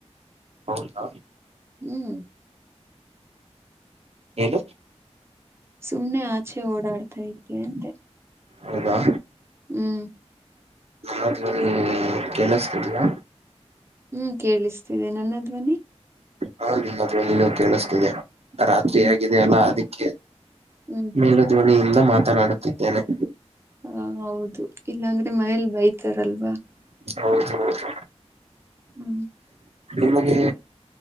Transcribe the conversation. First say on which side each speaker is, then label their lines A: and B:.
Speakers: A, on the right; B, on the right.
A: ಹೌದಾ
B: ಹ್ಮ್
A: ಹೇಳನು
B: ಸುಮ್ನೆ ಆಚೆ ಓಡಾಡ್ತಾ ಇದೆ ಅಂತೆೆ
A: ಹೌದಾ
B: ಹ್ಮ್
A: ದ್ಲ್ಲಿ ಕೆೇಳಿಸತಿದಯಾ
B: ಹ್ಮ್ ಕೇಳಿಸ್ತೇಿದೆ ನನ್ನಧ್ವನಿ
A: ಹಾ ನಿಮ್ಮದ್ ನಿಲೋ ಕೇಳಿಸ್ತಿದೆ ರಾತ್ರಿ
B: ಹ್ಮ್
A: ಆಗಿದೆ ಅಲ್ಲಾ ಅದಿಕ್ಕೆ
B: ಹ್ಮ್
A: ಮೇಲುಧ್ವನಿಯಿಂದ ಮಾತನಾಡುತ್ತಿದ್ದೇನೆ
B: ಹ ಹೌದು ಇಲ್ಲಾಂದ್ರೆ ಮನೇಲಿ ಬೈತಾರಲ್ವಾ
A: ಹೌದ ಹೌದು
B: ಹ್ಮ್
A: ನಿಮಗೆ